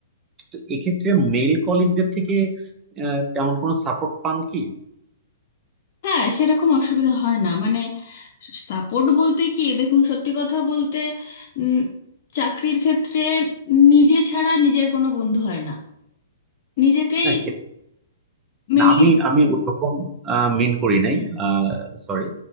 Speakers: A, on the right (about 20°); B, on the left (about 45°).
A: তো এক্ষেত্রে মেল কলিগদের থেকে আহ, তেমন কোনো সাপোর্ট পান কি
B: হ্যাঁ সেরকম অসুবিধা হয় না মানে সাপোর্ট বলতে কি দেখুন সত্যি কথা বলতে উম, চাকরির ক্ষেত্রে নিজে ছাড়া নিজের কোনো বন্ধু হয় না নিজেকেই
A: না
B: মেনলি
A: না আমি আমি ওরকম মিন করি নাই সরি